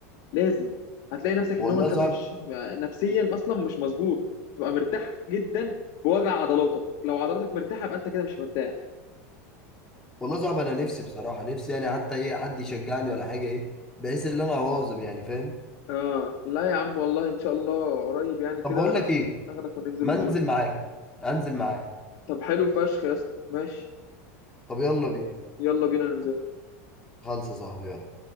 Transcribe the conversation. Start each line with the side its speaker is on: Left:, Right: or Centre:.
Left: لازم هتلاقي نفسك
Centre: والله
Left: ان هو انت
Centre: صعب
Left: مش نفسيا اصلا مش مظبوط تبقى مرتاح جدا بوجع عضلاتك لو عضلاتك مرتاحه يبقى انت كده مش مرتاح
Centre: والله صعب انا نفسي بصراحه نفسي يعني حتى ايه حد يشجعني ولا حاجه ايه بحيث ان انا اواظب يعني فاهم
Left: اه لا يا عم والله ان شاء الله قريب يعني كده
Centre: طب بقول لك ايه
Left: اخدك وننزل
Centre: ما
Left: الجيم
Centre: انزل معاك انزل معاك
Left: طب حلو فشخ يا اسطى ماشي
Centre: طب يلا بينا
Left: يلا بينا ننزل
Centre: خلص يا صاحبي يلا